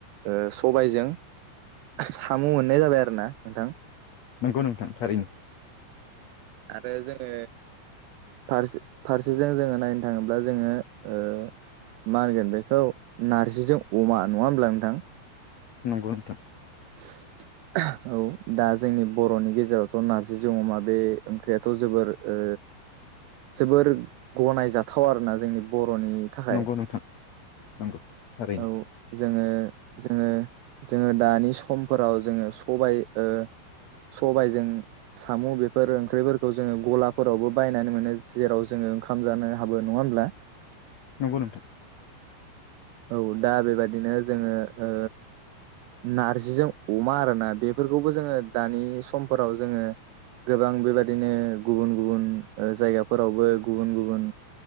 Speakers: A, on the right; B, on the left.
A: ओ सबायजों साम' मोननाय जाबाय आरोना नोंथां।
B: नंगौ नोंथां थारैनो।
A: आरो जोङो फारसे फारसेजों जोङो नायनो थाङोब्ला जोङो ओ मा होनगोन बेखौ नारजिजों अमा नङा होमब्ला नोंथां
B: नंगौ नोंथां
A: <inaudible> औ दा जोंनि बर'नि गेजेरावथ' नारजिजों अमा बे ओंख्रियाथ' जोबोर ओ जोबोर गनायजाथाव आरोना जोंनि ब र'नि थाखाय।
B: नंगौ नोंथां नंगौ थारैनो
A: औ जोङो जोङो जोङो दानि समफोराव जोङो सबाय ओ सबायजों साम' बेफोर ओंख्रिफोरखौ जोङो गलाफोरावबो बायनानै मोनो जेराव जोङो ओंखाम जानो हाबो नङा होमब्ला
B: नंगौ नोंथां।
A: औ दा बेबादिनो जोङो ओ नारजिजों अमा आरोना बेफोरखौबो जोङो दानि समफोराव जोङो गोबां बेबादिनो गुबुन गुबुन ओ जायगाफोरावबो गुबुन गुबुन